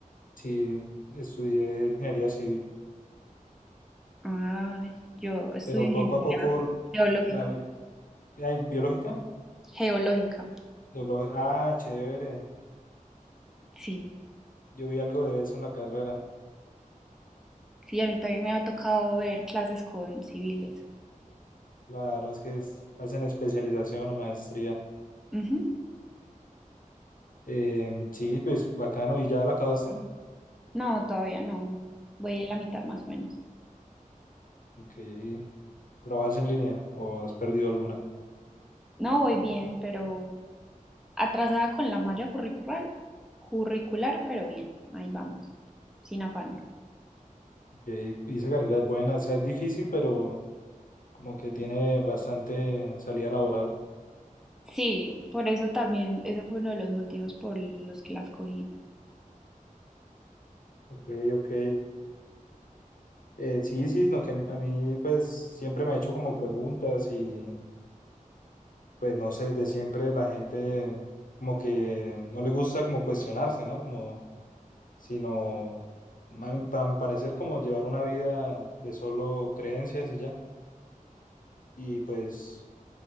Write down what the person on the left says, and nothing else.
sí, estudié ingeniería civil,
pero
poco a poco
la vi- ay, biológica,
Biolo- ah, chévere,
yo vi algo de eso en la carrera.
Claro, es que es- hacen especialización o maestría.
Em, sí, pues bacano. ¿Y ya la acabaste?
Ok. ¿Pero vas en línea o has perdido alguna?
Ok, Y esa carrera es buena, o sea, es difícil, pero como que tiene bastante salida laboral.
Ok, ok. Eh, sí, sí, no, que a mí pues siempre me he hecho como preguntas y pues no sé, de siempre la gente como que no le gusta como cuestionarse, ¿no? Como sino, ma- para mi parecer, como llevar una vida de solo creencias y ya. Y pues,